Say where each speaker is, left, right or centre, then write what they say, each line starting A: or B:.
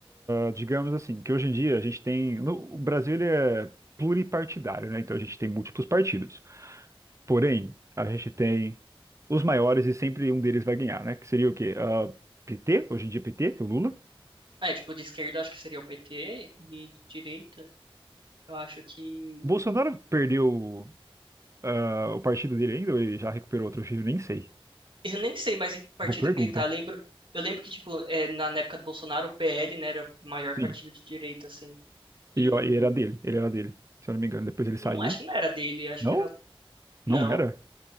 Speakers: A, on the right; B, on the right.
A: Ah, digamos assim, que hoje em dia a gente tem. No, o Brasil ele é pluripartidário, né? Então a gente tem múltiplos partidos. Porém, a gente tem os maiores e sempre um deles vai ganhar, né? Que seria o quê? Ah, PT, hoje em dia PT, que é o Lula.
B: Ah, É, tipo, de esquerda eu acho que seria o PT, e de direita eu acho que.
A: Bolsonaro perdeu ah, o partido dele ainda, ou ele já recuperou outro filho, nem sei.
B: Eu nem sei mais em que partido
A: Boa pergunta.
B: que ele tá. Eu lembro, eu lembro que, tipo, é, na, na época do Bolsonaro, o PL, né, era o maior
A: Sim.
B: partido de direita, assim. E.
A: E, ó, e era dele, ele era dele, se eu não me engano. Depois ele saiu.
B: Não, acho que não era dele, acho
A: Não?
B: que era.
A: Não
B: Não.
A: era?